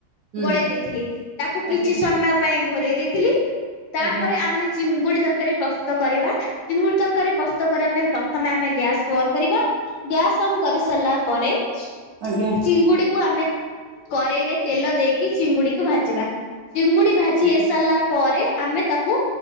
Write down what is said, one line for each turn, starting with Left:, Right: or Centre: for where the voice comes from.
Right: ହୁଁ
Left: ଗୋଳେଇ ଦେଇଥିଲି ତାକୁ କିଛି
Right: ଆଜ୍ଞା
Left: ସମୟ ପାଇଁ ଘୋରେଇ ଦେଇଥିଲି। ତାପରେ
Right: ଆଜ୍ଞା
Left: ଆମେ ଚିଙ୍ଗୁଡି ତରକାରୀ ପ୍ରସ୍ତୁ କରିବା ଚିଙ୍ଗୁଡି ତରକାରୀ ପ୍ରସ୍ତୁ କରିବା। ପ୍ରଥମେ ଆମେ ଗ୍ୟାସ୍କୁ ଅନ୍‌ କରିବା ଗ୍ୟାସ୍ ଅନ୍ କରି ସାରିଲା ପରେ-
Right: ଆଜ୍ଞା
Left: ଚିଙ୍ଗୁଡିକୁ ଆମେ କରେଇରେ ତେଲ ଦେଇକି ଚିଙ୍ଗୁଡିକୁ ଭାଜିବା। ଚିଙ୍ଗୁଡି ଭାଜି ହେଇ ସାରିଲା ପରେ ଆମେ ତାକୁ